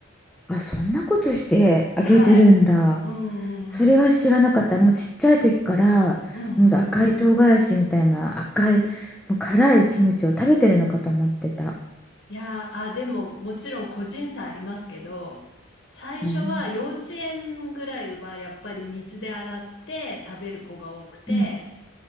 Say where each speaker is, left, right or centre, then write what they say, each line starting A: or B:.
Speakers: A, in the centre; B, on the left.
A: あそんなことしてあげてるんだ
B: はい。うんうん
A: それは知らなかったもうちっちゃい時からもう赤い唐辛子みたいな赤いもう辛いキムチを食べてるのかと思ってた
B: うん。うん。いやー、あ、でももちろん個人差ありますけど、最初は幼稚園ぐらいはやっぱり水で洗って食べる子が多くて、
A: うんうん